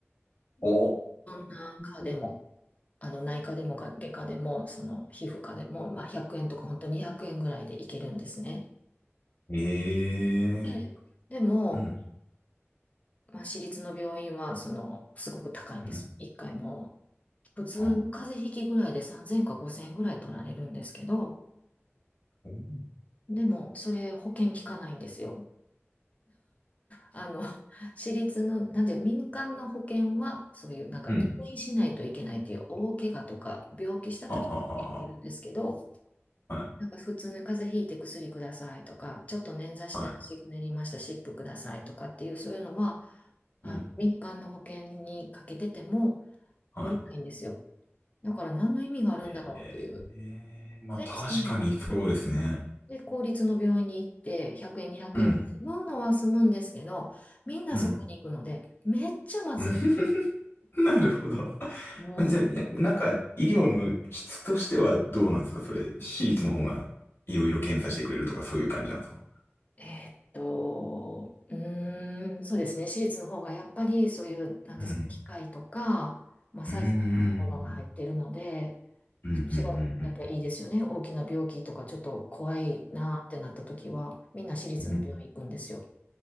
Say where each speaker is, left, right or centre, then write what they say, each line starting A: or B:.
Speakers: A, on the left (about 55°); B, on the left (about 30°).
A: お
B: 内科でも、
A: ー。
B: あの内科でも外科でも、その皮膚科でも、まあ、100円とか本当200円ぐらいで行けるんですね。
A: ええ。
B: で、でも、
A: うん。
B: まあ、私立の病院は、その、すごく高いんです。
A: うん。
B: 1回も普通の風邪ひきぐらいで3000か5000円ぐらい取られるんですけど、
A: あ、うん。
B: でも、それ保険効かないんですよ。あの、私立の、なんていう、民間の保険は、そういう、なんか入院しないといけないっていう大怪我とか、
A: うん
B: 病気した時にいるんですけど、
A: はあ、はあ、はあ。は
B: なんか普通に風邪ひいて薬くださいとか、ちょっと捻挫して足ぐねりました、
A: あはい。は
B: 湿布くださいとかっていう、そういうのは、あの、
A: い。うん。
B: 民間の保険にかけてても、
A: はい。
B: おりないんですよ。だから何の意味があるんだろうっていう。
A: ええまあ確かにそうですね。
B: で、そので、公立の病院に行って、100円、200円で済むのは済むんですけど、
A: うん、
B: みんなそこに行くので、
A: うん。
B: めっちゃ待つ
A: うん <laughs> なるほど。
B: もう、
A: <laughs> じゃあ、いやなんか、医療の質としてはどうなんですかそれ、私立の方がいろいろ検査してくれるとかそういう感じなんですか
B: えーっと、うーん、そうですね。私立の方がやっぱりそういう、なんですか、
A: うん。
B: 機械とか、まあ、サイズのものが入っているので、
A: うん。うん、うん、
B: そっちがやっぱりいいですよね。
A: うん、うん。
B: 大きな病気とかちょっと怖いなーってなった時は、みんな私立の病院行くんですよ。
A: う